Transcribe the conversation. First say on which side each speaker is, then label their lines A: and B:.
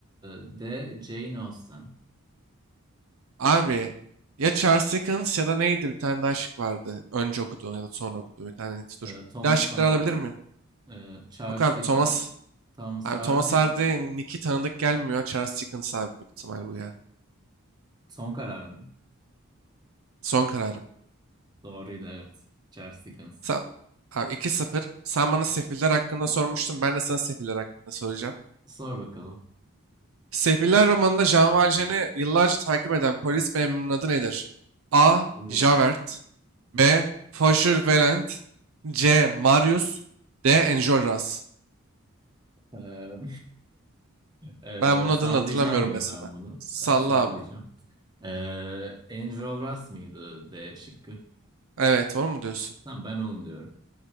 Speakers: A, on the right (about 20°); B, on the right (about 70°).
A: e, D. Jane Austen
B: Abi ya Charles Dickens ya da neydi? Bir tane daha şık vardı. Önce okuduğun ya da sonra okuduğun bir tane. Dur.
A: E, Thomas
B: Bir daha şıkları
A: Hardy
B: alabilir miyim?
A: E, Charles
B: Yok abi
A: Dickens
B: Thomas
A: Thomas
B: Abi
A: Hardy
B: Thomas Hardy, Nick'i tanıdık gelmiyor. Charles Dickens abi büyük ihtimal bu ya.
A: son kararın
B: Son kararım.
A: doğruydu evet Charles Dickens
B: Sen, abi iki sıfır. Sen bana Sefiller hakkında sormuştun. Ben de sana Sefiller hakkında soracağım.
A: sor bakalım
B: Sefiller romanında Jean Valjean'i yıllarca takip eden polis memurunun adı nedir? A.
A: Oo.
B: Javert B. Fauchelevent C. Marius D. Enjolras.
A: E, <laughs>
B: Ben bunun
A: e,
B: adını
A: sallayacağım
B: hatırlamıyorum
A: yine
B: mesela.
A: ben bunu
B: Salla
A: ben sallayacağım
B: abi.
A: e, Andrew Ross mıydı D şıkkı
B: Evet, onu mu diyorsun?
A: tamam ben onu diyorum